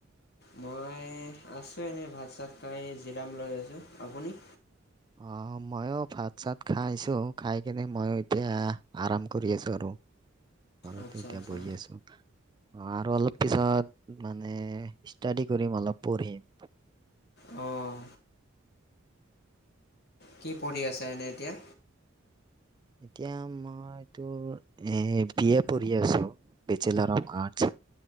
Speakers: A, on the left (about 50°); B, on the right (about 20°).
A: মই আছোঁ এনেই। ভাত-চাত খাই জিৰাম লৈ আছোঁ। আপুনি?
B: অঁ, মইও ভাত-চাত খাই আহিছোঁ। খাই কিনে মইও এতিয়া আৰাম কৰি আছো আৰু। ঘৰতে
A: আচ্ছা
B: এতিয়া
A: আচ্ছা
B: বহি আছোঁ। অঁ আৰু অলপ পিছত মানে ষ্টাডি কৰিম অলপ পঢ়িম।
A: অঁ। কি পঢ়ি আছা এনেই এতিয়া?
B: এতিয়া মই মইতো এ বি এ পঢ়ি আছোঁ। বেচেলৰ অফ আৰ্টছ